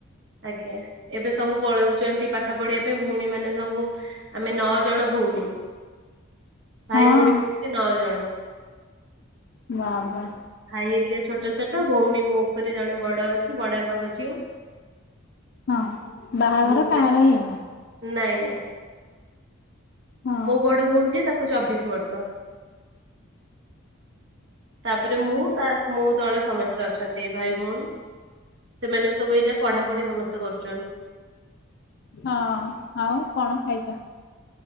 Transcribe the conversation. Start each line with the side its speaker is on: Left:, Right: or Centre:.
Right: ଆଜ୍ଞା ଏବେ ସବୁ ପଳଉଛନ୍ତି ପାଠ ପଢିବା ପାଇଁ ଭଉଣୀ ମାନେ ସବୁ ଆମେ ନଅ ଜଣ ଭୋ ଭଉଣୀ ଭାଇ
Left: ହଁ
Right: ଭଉଣୀ ମିଶିକି ନଅ ଜଣ।
Left: ବା ବା।
Right: ଭାଇ ହେରିକା ଛୋଟ ଛୋଟ ଭଉଣୀ ମୋ ଉପରେ ଜଣେ ବଡ ଅଛି ବଡବାପାଙ୍କ ଝିଅ
Left: ହଁ ବାହାଘର
Right: ମୁଁ ସେ
Left: କାହାର ହେଇନି?
Right: ନାଇଁ ନାଇଁ
Left: ହଁ
Right: ମୋ ବଡ ଭଉଣୀ ଯିଏ ତାକୁ ଚବିଶ ବର୍ଷ। ତାପରେ ତା ମୁଁ ମୋ ତଳେ ସମସ୍ତେ ଅଛନ୍ତି ଏଇ ଭାଇ ଭଉଣୀ ସେମାନେ ବି ସବୁ ଏଇନା ପଢାପଢି ସମସ୍ତେ କରୁଛନ୍ତୀ।
Left: ହଁ ଆଉ କଣ ଖାଇଛ?